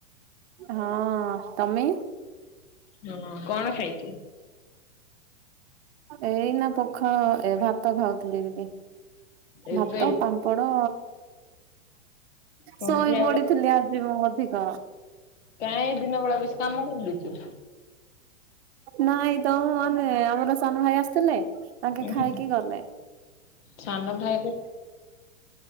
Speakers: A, on the right (about 55°); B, on the left (about 65°).
A: ହଁ ତମେ
B: ହୁଁ କଣ ଖାଇଚୁ?
A: ଏଇନା ପଖାଳ ଏ ଭାତ ଖାଉଥିଲି ଦିଦି।
B: ଏବେ
A: ଭାତ ପାମ୍ପଡ଼
B: ସନ୍ଧ୍ୟା
A: ଶୋଇ ପଡିଥିଲି
B: ବେଳେ
A: ଆଜି ମୁଁ ଅଧିକ।
B: କାଇଁ ଦିନ ବେଳା ବେଶୀ କାମ କରିଲୁକି?
A: ନାଇଁ ତ ମାନେ ଆମର ସାନ ଭାଇ ଆସିଥିଲେ ତାଙ୍କେ
B: ଉଁ
A: ଖାଇକି
B: ହୁଁ
A: ଗଲେ।
B: ସାନ ଭାଇ